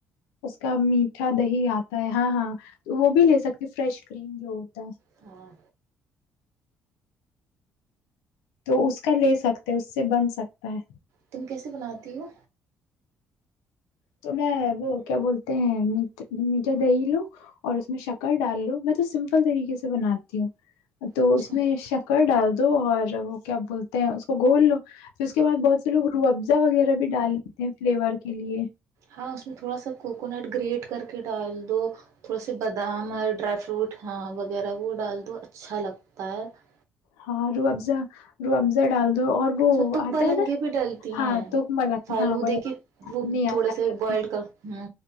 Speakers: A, on the left; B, on the right.
A: اس کا میٹھا دہی آتا ہے ہاں ہاں وہ بھی لے سکتے فریش کریم جو ہوتا ہے
B: ہاں
A: تو اس کا لے سکتے اس سے بن سکتا ہے
B: تم کیسے بناتی ہو
A: تو میں وہ کیا بولتے ہیں میا میٹھا دہی لو اور اس میں شکر ڈال لو میں تو سمپل طریقے سے بناتی ہوں تو
B: اچھا
A: اس میں شکر ڈال دو اور وہ کیا بولتے ہیں اس کو گول لو <unintelligible> پھر اس کے بع بہت سے لو روح ابزا وغیرہ بھی ڈال لیتے ہیں فلیور کے لیے <unintelligible>
B: ہاں اس میں تھوڑا سا کوکونٹ گریٹ کر کے ڈال تو تھوڑا س بادام ڈرائی فروٹ ہاں وغیرہ وہ ڈال دو اچھا لگتا <unintelligible> ت <unintelligible>
A: ہاں روح ابز روح ابزہ ڈال دو اور وہ
B: س تک
A: آتا
B: ب
A: ہے
B: لنگی
A: نا
B: بھی ڈلتی
A: ہاں
B: ہیں
A: تو مل
B: فالودے
A: ہاں وہ
B: کے
A: نہیں
B: وہ
A: آتا
B: تھوڑے سے
A: ہے تو
B: بوائل کر ہ